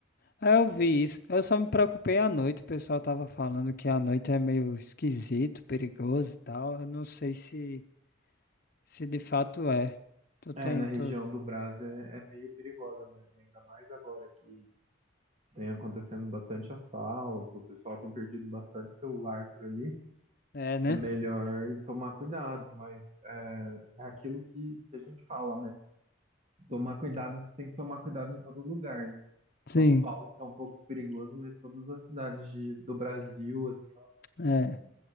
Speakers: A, on the left; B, on the right.
A: Ah, Eu vi isso. Eu só me preocupei à noite. O pessoal tava falando que à noite é meio esquisito, perigoso e tal. Eu não sei se se de fato é. Tu tem,
B: É, na região
A: tu...
B: do Brás é, é meio perigosa mesmo, ainda mais agora que tem acontecendo bastante assalto, o pessoal tem perdido bastante celular por ali.
A: É, né?
B: é melhor tomar cuidado, mas é, é aquilo que a gente fala, né? Tomar cuidado, você tem que tomar cuidado em todo lugar.
A: Sim.
B: São Paulo é um pouco perigoso, mas todas as cidades de- do Brasil, assim,
A: É.